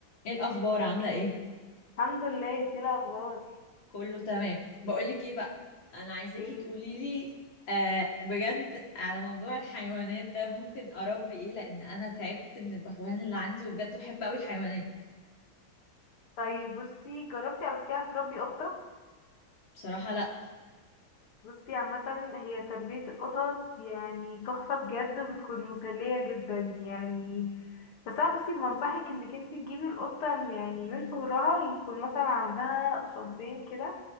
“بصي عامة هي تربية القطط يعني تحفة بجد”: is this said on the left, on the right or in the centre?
Left